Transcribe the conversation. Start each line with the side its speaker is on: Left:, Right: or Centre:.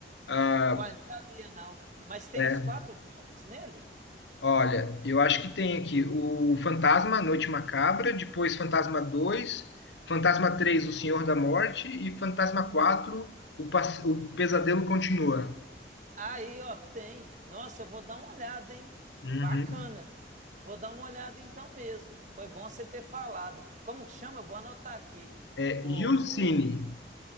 Left: Ah,
Right: uai, não sabia não. Mas tem
Left: é,
Right: os quatro filmes nele?
Left: olha, eu acho que tem aqui o Fantasma, Noite Macabra, depois Fantasma dois Fantasma 3 O Senhor da Morte, e Fantasma 4 O, Pass- o Pesadelo Continua.
Right: Aí, ó, tem. Nossa, eu vou dar uma olhada, hein?
Left: Uhum.
Right: Bacana. Vou dar uma olhada então mesmo. Foi bom você ter falado. Como que chama? Eu vou anotar aqui.
Left: É,
Right: O,
Left: e o Cine?
Right: o